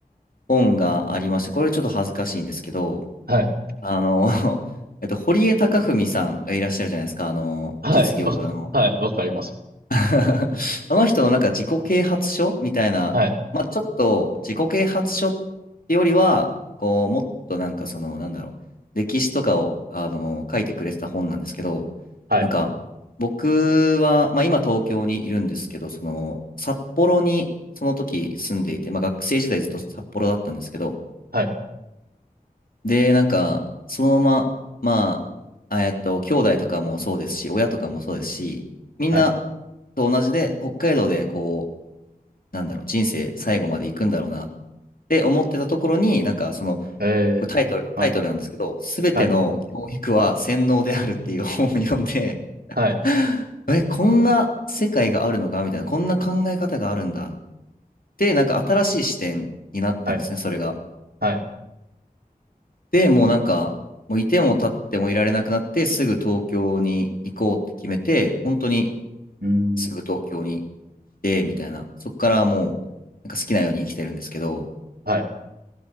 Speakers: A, on the left; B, on the right.
A: 本がありまして、これちょっと恥ずかしいんですけど、
B: はい、
A: あの、<laughs> えっと、堀江貴文さんがいらっしゃるじゃないですか、あの、
B: はい、
A: 実業家の。
B: わ、はい、わかります。
A: <laughs> あの人のなんか自己啓発書みたいな、
B: はい、
A: まあ、ちょっと自己啓発書ってよりは、こう、もっとなんかその、なんだろう、歴史とかを、あの書いてくれてた本なんですけど、
B: はい、
A: なんか、僕は、まあ、今東京にいるんですけど、その、札幌にその時住んでいて、まあ、学生時代ずっと札幌だったんですけど、
B: はい、
A: で、なんか、そのまま、まあ、えっと、兄弟とかもそうですし、親とかもそうですし、みんな
B: はい、
A: と同じで、北海道でこう、なんだろう、人生最後まで行くんだろうなって思ってたところに、なんかその、
B: えー、
A: これタイトル、
B: はい、
A: タイトルなんですけど、すべての教育は洗脳であるっていう本を読んで、
B: はい、はい、
A: <laughs> え、こんな世界があるのかみたいな、こんな考え方があるんだって、なんか新しい視点になったんですね、
B: はい、
A: それが。
B: はい、
A: で、もうなんか、もういても立ってもいられなくなって、すぐ東京に行こうって決めて、本当に
B: うーん、
A: すぐ東京に行って、みたいな、そこからもう、なんか好きなように生きてるんですけど、
B: はい、